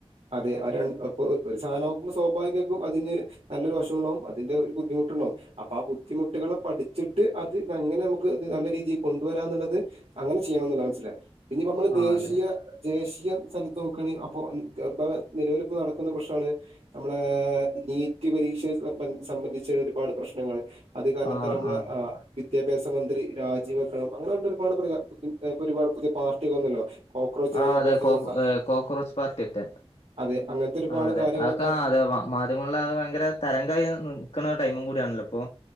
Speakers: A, on the right (about 80°); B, on the left (about 70°).
A: അതെ അത് രണ്ട് അപ്പൊ ഒരു സാ നാകുമ്പോൾ സ്വാഭാവികായ്ക്കും അതിന് നല്ലൊരു വശുണ്ടാവും അതിന്റെ ഒരു ബുദ്ധിമുട്ടുണ്ടാവും അപ്പാ ആ ബുദ്ധിമുട്ട്കളെ പഠിച്ചിട്ട് അത് എങ്ങനെ നമുക്ക് അത് നല്ല രീതി കൊണ്ടുവരാന്ന്ള്ളത് അങ്ങനെ ച്ചിയ്യണം ന്ന്ള്ളത് മനസ്സിലായോ ഇഞ്പ്പോ നമ്മള്
B: ആ
A: ദേശീയ
B: അതെ
A: ദേശീയ സ്ഥലത്ത് നോക്കാണെങ്കി അപ്പൊ <unintelligible> നിലവിൽ ഇപ്പോ നടക്കുന്ന പ്രശ്നാണ് നമ്മളെ നീറ്റ് പരീക്ഷ സംബന്ധി സംബന്ധിച്ച് ഒരുപാട് പ്രശ്നങ്ങൾ അത് കാരണതാൽ
B: ആ
A: നമ്മളെ
B: ആ
A: ആഹ് വിദ്യാഭ്യാസ മന്ത്രി രാജിവെക്കണം അങ്ങനെ പറഞ്ട്ട് ഒരുപാട് പ്രിയ ഒരുപാട് പുതിയ പാർട്ടി ഒക്കെ വന്നല്ലോ കോക്രോച്ച് ജനതാ
B: ആഹ് അതെ
A: പാർട്ടി
B: കോക്കോ
A: പോലുള്ള
B: ഏഹ് കോക്രോച്ച് പാർട്ടേ റ്റെ
A: അതെ അങ്ങനത്തെ ഒരുപാട്
B: ആഹ്
A: കാര്യങ്ങളൊക്കെ
B: അതെ <unintelligible> മാധ്യമങ്ങളിൽ അത് ഭയങ്കര തരങ്കായി നി നിക്ക്ണ ടൈമും കൂടിയാണല്ലോ ഇപ്പൊ